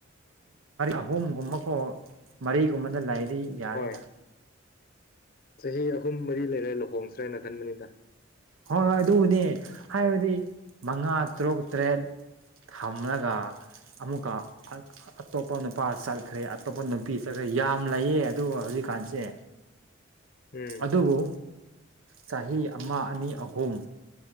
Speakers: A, on the right; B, on the left.
A: ꯑꯍꯨꯝꯒꯨꯝꯕꯀꯣ ꯃꯔꯤꯒꯨꯝꯕꯗ ꯂꯩꯗꯤ ꯌꯥꯔꯤꯗ
B: ꯍꯣꯏ ꯆꯍꯤ ꯑꯍꯨꯝ ꯃꯔꯤ ꯂꯩꯔꯦ ꯂꯨꯍꯣꯡꯁ꯭ꯔꯦ ꯍꯥꯏꯅ ꯈꯟꯕꯅꯤꯗ
A: ꯍꯣꯏ ꯍꯣꯏ ꯑꯗꯨꯕꯨꯅꯦ ꯍꯥꯏꯕꯗꯤ ꯃꯉꯥ ꯇꯔꯨꯛ ꯇꯔꯦꯠ ꯊꯝꯂꯒ ꯑꯃꯨꯛꯀ ꯑꯇꯣꯞꯄ ꯅꯨꯄꯥ ꯆꯠꯈ꯭ꯔꯦ ꯑꯇꯣꯞꯄ ꯅꯨꯄꯤ ꯆꯠꯈ꯭ꯔꯦ ꯌꯥꯝ ꯂꯩꯌꯦ ꯑꯗꯨꯒ ꯍꯧꯖꯤꯛ ꯀꯥꯟꯁꯦ
B: ꯎꯝ
A: ꯑꯗꯨꯕꯨ ꯆꯍꯤ ꯑꯃ ꯑꯅꯤ ꯑꯍꯨꯝ